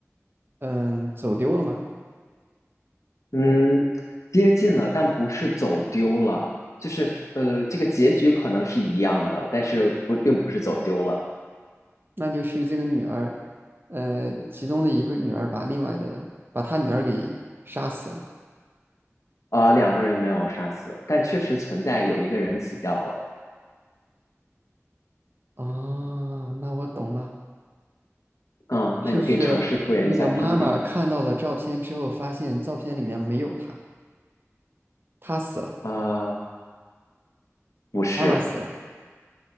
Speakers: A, on the right (about 45°); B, on the left (about 85°).
A: 嗯，走丢了吗？
B: 嗯，接近了，但不是走丢了，就是呃，这个结局可能是一样的，但是不，并不是走丢了。
A: 那就是这个女儿，呃，其中的一个女儿把另外的把她女儿给杀死了。
B: 啊，两个人没有杀死，但确实存在有一个人死掉了。
A: 啊，那我懂了，
B: 嗯，
A: 是不是那个妈妈看到了照片之后，
B: 那你可以尝试复原一下汤底。
A: 发现照片里面没有她，她死了，
B: 啊，不是，
A: 妈妈死了。